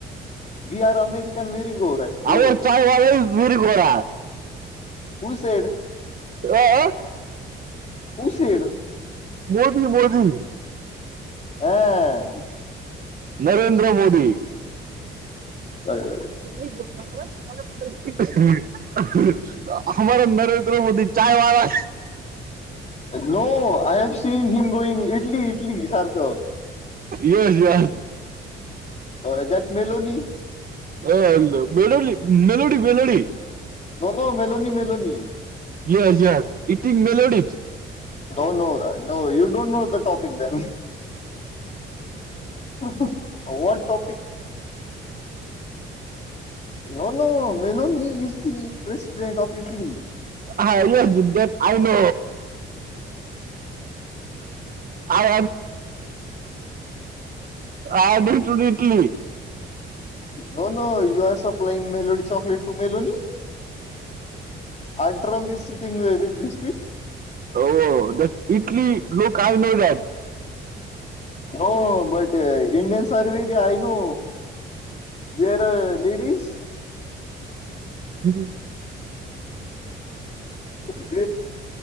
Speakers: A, on the left (about 35°); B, on the right (about 45°).
A: वी आर अमेरिकन व्हेरी गोर गोरे
B: our chai wala is very गोरा
A: who said
B: a a
A: who said
B: Modi Modi
A: अ य
B: नरेंद्र मोदी
A: <unintelligible>
B: तु काही बोलू नकोस माझ बद्दल त्याच्यामुळेच हमारा Narendra Modi chai wala
A: no I have seen him going Italy Italy सारखं
B: येच या
A: अ दॅट मेलोनी
B: अल् बेलोली मेलोडी मेलोडी
A: नरो मुलोनी मुलोनी
B: येस येस इट इंग मेलोडी
A: दोन you don't know the topic the what topic ननो Meloni is the president of Italy
B: हा येस जिद्द आय नो आय आयड टूड इटली
A: हो न you are supplying melody chocolate to Meloni अड्र ब सिटिंग व विथ बिस्किट
B: हो द इटली लोक आय नो दॅट
A: हो बट इंडियन सर्वी दे आहेय न वेर लेडीस.
B: हम्
A: ब